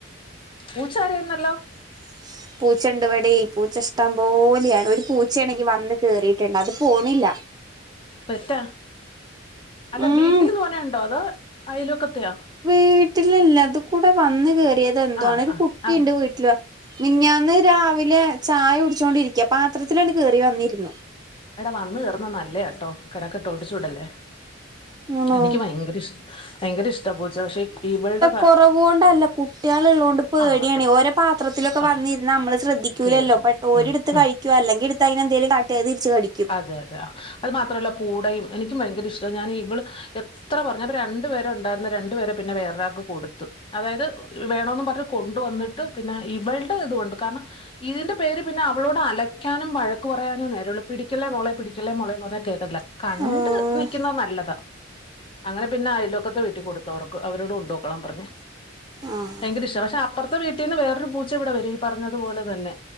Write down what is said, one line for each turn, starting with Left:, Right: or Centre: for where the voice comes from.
Left: പൂച്ചകരയുന്നല്ലോ.
Right: <unintelligible> പൂച്ച ഇണ്ട് വടെയ് പൂച്ച ഇഷ്ടം പോലെയാണ് ഒരു പൂച്ചണെങ്കി വന്ന് കേറിയിട്ടുണ്ട് അത് പോണില്ല.
Left: പെറ്റ അല്ല
Right: ഉം
Left: വീട്ടില് തോനയുണ്ടോ അതോ അയലൊക്കത്തെയോ?
Right: വീട്ടില്ല്ല അത് കൂടെ വന്ന് കേയറിയതെന്തോ
Left: ആഹ്
Right: ആണ് ഒരു
Left: ആഹ്
Right: കുട്ടിയ്ണ്ട്
Left: ആഹ്
Right: വീട്ട മിഞ്ഞന്ന് രാവിലെ ചായ കുടിച്ചുകൊണ്ടിരിക്ക പാത്രത്തില് അട്കേറി വന്നിരുന്നു.
Left: എടാ വന്ന് കയറ്ന്ന നല്ലയാ കേട്ടോ കിടക്കെട്ടോ ഒടിച്ചൂവിടല്ലേ?
Right: ആണോ
Left: എനിക്ക് ഭയങ്കര ഇഷ്ട ഭയങ്കര ഇഷ്ട പൂച്ചയെ പക്ഷെ ഇവൾടെ
Right: കൊറവൂണ്ടല്ല. കുട്ടികളൾ ഉള്ളതുകൊണ്ട് പേടിയാണ്.
Left: ആഹ് അതെ
Right: ഓരോ പാത്രത്തിലൊക്കെ
Left: ആഹ്
Right: വന്നിര്ന്ന നമ്മള് ശ്രദ്ധിക്കൂലല്ലോ.
Left: കേറും
Right: പെട്ടോ ഒരിടുത്ത്
Left: ഉം ഉം
Right: കഴിക്ക അല്ലങ്കി എടുത്ത് അതിനെ എന്തെലും കാട്ടിയ അത് തിരിച്ച് കടിക്കും.
Left: അതെ അതെ ആഹ് അത് മാത്രമല്ല കുടയും എനിക്കും ഭയങ്കര ഇഷ്ടമാണ് ഞാൻ ഇവള്. എത്ര പറഞ്ഞലു രണ്ടു പേരെ ഉണ്ടായിരുന്നു. രണ്ടുപേരെ പിന്നെ വേറൊരാക്ക് കൊടുത്തു. അതായത് വേണോന്നും പറഞ്ഞ് കൊണ്ടുവന്നിട്ട്. പിന്നെ ഇവൾടെ ഇത് കൊണ്ട് കാരണം. ഇതിന്റെ പേരിൽ പിന്നെ അവളോട് അലക്കാനും വഴക്ക്പറയാനും നേരൊള്ളു. പിടിക്കല്ലേ മോളെ പിടിക്കല്ലേ മോളെ എന്ന് പറഞ്ഞ കേക്കൂ അല്ല കണ്ട്
Right: ആഹ്
Left: നിക്കുന്നത് നല്ലതാ. അങ്ങന പിന്നെ അയലൊക്കത്തെ വീട്ടി കൊടുത്തു അവർക്ക് അവരോട് കൊണ്ടോക്കോളാൻ പറഞ്ഞ്.
Right: ആഹ്
Left: ഭയങ്കര ഇഷ്ട പക്ഷെ അപ്പറത്തെ വീട്ടീന്ന് വേറൊരു പൂച്ച ഇവിടെ വരും. പറഞ്ഞതുപോലെ തന്നെ